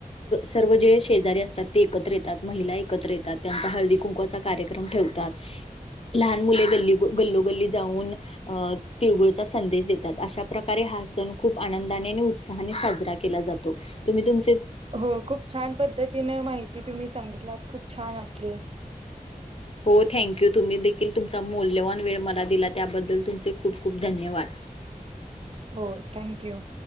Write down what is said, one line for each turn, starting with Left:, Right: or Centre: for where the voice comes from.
Left: सर्व जे शेजारी असतात ते एकत्र येतात महिला एकत्र येतात त्यांचा हळदी हळदि कुंकाचा कार्यक्रम ठेवतात. लहान मुले गल्ली गल्लोगल्ली जाऊन अ तिळगुळचा संदेश देतात अशा प्रकारे हा सण खूप आनंदाने आणि उत्साहाने साजरा केला जातो तुम्ही तुम
Right: हो खूप छान पद्धतीने माहिती तुम्ही सांगितलात, खूप छान वाटले.
Left: हो थँक्यू तुम्ही देखील तुमचा मौल्यवान वेळ मला दिला त्याबद्दल तुमचे खूप खूप धन्यवाद. ह <unintelligible>
Right: हो थँक्यू.